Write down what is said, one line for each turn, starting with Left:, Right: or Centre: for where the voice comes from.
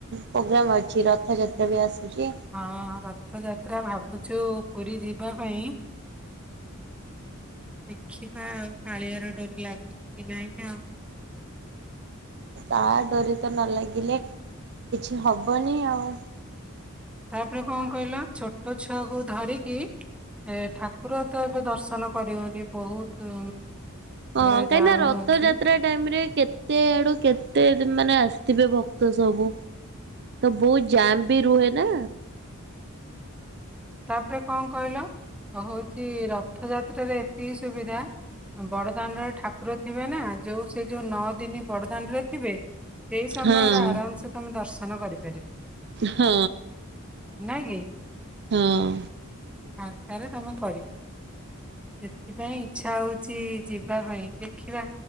Right: ପ୍ରୋଗ୍ରାମ୍ ଅଛି ରଥଯାତ୍ରା ବି ଆସୁଛି।
Centre: ହଁ ରଥଯାତ୍ରା ଭାବୁଛୁ ପୁରୀ ଯିବା ପାଇଁ। ଦେଖିବା ଆଉ କାଳିଆର ଡୋରି ଲାଗୁଛି କି ନାହିଁ ଆଉ।
Right: ତା ଡୋରିତ ନ ଲାଗିଲେ କିଛି ହବନି ଆଉ।
Centre: ତାପରେ କଣ କହିଲ ଛୋଟ ଛୁଆକୁ ଧରିକି। ଏ ଠାକୁର ତ ଏବେ ଦର୍ଶନ କରିହଉନି ବହୁତ
Right: ହଁ
Centre: ଏବେ
Right: କାହିଁକିନା
Centre: ଜାମ
Right: ରଥଯାତ୍ରା
Centre: ହଉଛି
Right: ଟାଇମରେ କେତେ କେତେ ଆଡୁ କେତେ ମାନେ ଆସିଥିବେ ଭକ୍ତ ସବୁ। ତ ବହୁତ ଜାମ ବି ରୁହେ ନା।
Centre: ତାପରେ କଣ କହିଲ ହଉଛି ରଥଯାତ୍ରାରେ ଏତିକି ସୁବିଧା ବଡଦାଣ୍ଡରେ ଠାକୁର ଥିବେ ନା ଯୋଉ ସେ ଯୋଉ ନଅ ଦିନ ବଡଦାଣ୍ଡ ରେ ଥିବେ। ସେଇ ସମୟରେ
Right: ହଁ
Centre: ଆରାମ ସେ ତମେ ଦର୍ଶନ କରିପାରିବ
Right: ହଁ
Centre: ନାଇଁ କି?
Right: ହଁ
Centre: ଫାଙ୍କାରେ ତମେ କରିିବ। ସେଥିପାଇଁ ଇଚ୍ଛା ହଉଛି ଯିବା ପାଇଁ ଦେଖିବା।